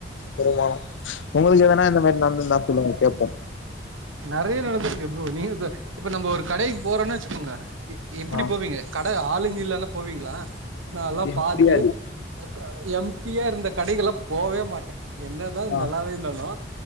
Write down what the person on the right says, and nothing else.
நெறயா நடந்திருக்கு ப்ரோ நீங்க இது இப்ப நம்ம ஒரு கடைக்கு போறோனு வெச்சுக்கோங்க எ எப்டி
போவீங்க கட ஆளுங்க இல்லனா போவீங்ளா நா எல்லா
பாத்து க்கா அ எம்டியா இருந்த கடைக்கெல்லா போவே மாட்ட என்னதா
நல்லாவே இருந்தாலு